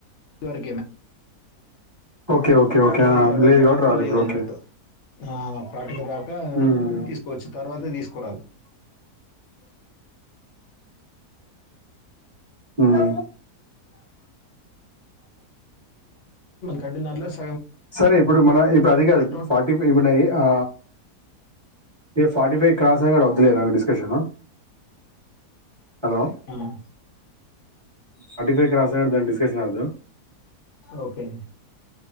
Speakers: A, on the left; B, on the right.
A: ఇవరకే
B: ఓకే. ఓకే.
A: పాటిక
B: ఓకే. ఆ!
A: తర్వాత
B: లేదు
A: వాళ్లకు
B: కాబట్టి రాదు
A: లేదన్నట్టు
B: ఇప్పుడు ఓకే.
A: ఆ పాటిద ఇంకా
B: హ్మ్.
A: తీసుకోవచ్చు తర్వాత తీసుకురా
B: ఉమ్
A: కట్టిన దాంట్లో సాగ్
B: సరే ఇప్పుడు మన ఇప్పుడు అది కాదు
A: టోన్
B: ఫార్టీ ఇవన్ అయి ఆ ఏ ఫార్టీ ఫైవ్ క్రాస్ అయినాక వద్దులే discussion hello
A: um
B: forty five cross అయినాక దాని డిస్కషన్ ఏ వద్దు
A: ఓకే